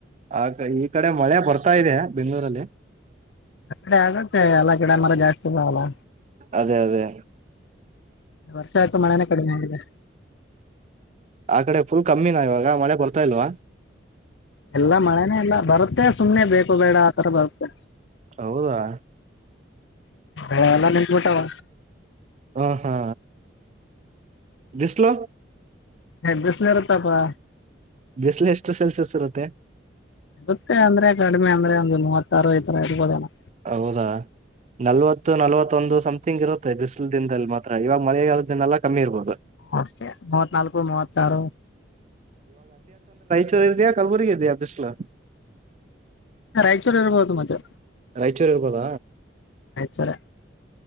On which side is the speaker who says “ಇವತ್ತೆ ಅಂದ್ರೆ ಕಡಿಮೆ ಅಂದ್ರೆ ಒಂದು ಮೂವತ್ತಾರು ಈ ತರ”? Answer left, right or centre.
Left